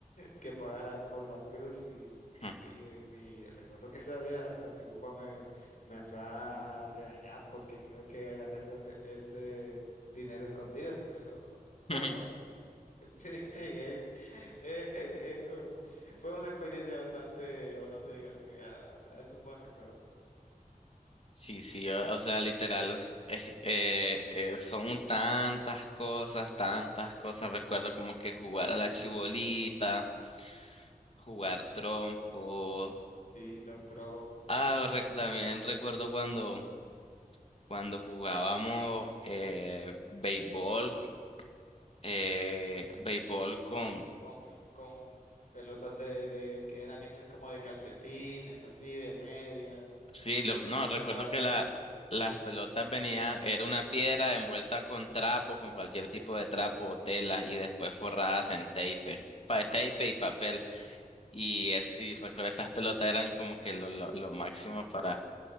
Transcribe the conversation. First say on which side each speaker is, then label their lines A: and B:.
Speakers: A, on the left; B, on the left.
A: que pagar a- por la cruz y,
B: <laughs>
A: y, y, eh, mi, recuerdo que esa vez hasta mi papá me, me fue a, a regañar porque creo que agarré ese, ese dinero escondido, <laughs> pero bueno.
B: <laughs>
A: Sí, sí, eh, <laughs> eh, como- fue una experiencia bastante, bastante divertida, la verdad. Es un buen recuerdo.
B: Sí, sí, o, o sea, literal, es- eh, eh, son tantas cosas, tantas cosas. Recuerdo como que jugar a la chibolita, jugar trompo.
A: Y los trompos,
B: Ah, rec- también recuerdo cuando, cuando jugábamos eh, béisbol, eh, béisbol con,
A: con, bo- con, con pelotas de, de que eran hechas como de calcetines, así, de medias.
B: Sí, lo- no,
A: Era,
B: recuerdo que
A: eh,
B: la,
A: sí.
B: las pelotas venían, era una piedra envuelta con trapo, con cualquier tipo de trapo o tela, y después forradas en tape, pa- tape y papel. Y, es, y recuerdo esas pelotas eran como que lo, lo, lo máximo para,